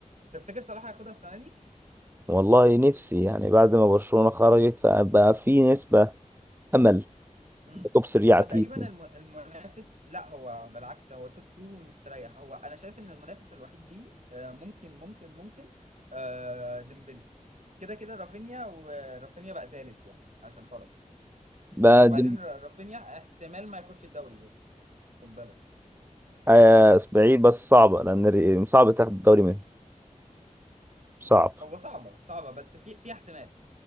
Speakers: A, on the right (about 60°); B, on the right (about 15°).
A: تفتكر صلاح هياخدها السنه دي
B: والله نفسي يعني بعد ما برشلونه خرجت فبقى في نسبه امل
A: مم.
B: توب 3
A: هو
B: على
A: تقريبا
B: اتليتي
A: الم- المنافس لا هو بالعكس هو توب 2 مستريح هو انا شايف ان المنافس الوحيد ليه آه، ممكن ممكن ممكن آه، ديمبلي كده كده رافينيا ورافينيا بقى تالت يعني عشان خرج
B: بعد
A: وبعدين ر- رافينيا احتمال ما ياخدش الدوري برضه خد بالك
B: آه، بعيد بس صعبه لان الري- صعب تاخد الدوري منهم صعب
A: هو صعبة صعبة بس في في احتمال